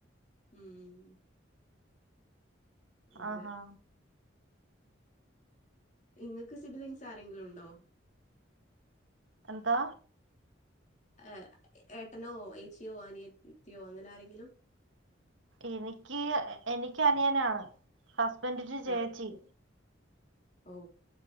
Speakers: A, on the left; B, on the right.
A: ഉം... അതെ
B: ആഹാ..
A: നിങ്ങൾക്ക് സിബിലിങ്സ് ആരെങ്കിലും ഉണ്ടോ?
B: എന്താ?
A: ഏ ഏട്ടനോ, ഏച്ചിയോ, അനിയത്തിയോ, അങ്ങനെ ആരെങ്കിലും?
B: എനിക്ക്, എനിക്ക് അനിയനാ, ഹസ്ബൻഡിനാ ചേച്ചി.
A: ആഹ് ഓ...